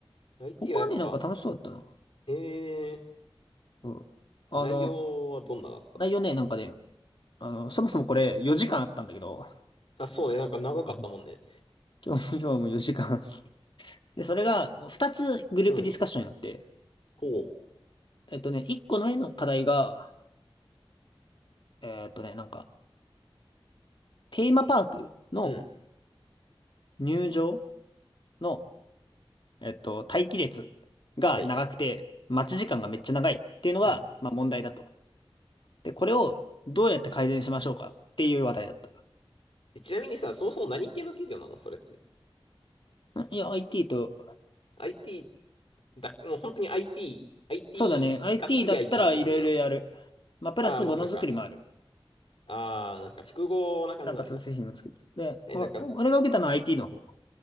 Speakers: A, on the left (about 75°); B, on the left (about 60°).
A: IT
B: ここはね、
A: はやっぱ、
B: なんか楽しそうだったな。
A: ええー
B: うん。あの、
A: 内容はどんなだった
B: 内容ね、なんかね、あの、そもそもこれ4時間あったんだけど、
A: あ、そうね、なんか長かったもんね。
B: うん今日、今日はもう4時間。で、それが2つグループディスカッションやって、
A: うん。ほ
B: えっとね、1個の絵の課題が、えっとね、なんか、テーマパークの
A: う。うん。
B: 入場の、えっと、待機列が長くて、
A: はい。
B: 待ち時間がめっちゃ長いっていうのが、
A: うん。
B: まあ問題だと。で、これをどうやって改善しましょうかっていう話題だった。
A: えちなみにさ、そもそも何系の企業なのそれって。
B: んいや、IT と、
A: IT だ、もう本当に IT、IT、
B: そうだね、IT
A: がっつり
B: だったらいろいろやる。
A: IT って感じなの
B: まあ、プラスものづくりもある。
A: ああー、もうなんか、ああ、なんか複合な感じなんだ。
B: なんかそういう製品を作る。で、
A: え、
B: おお俺が受けたのは
A: なんか、
B: IT の方。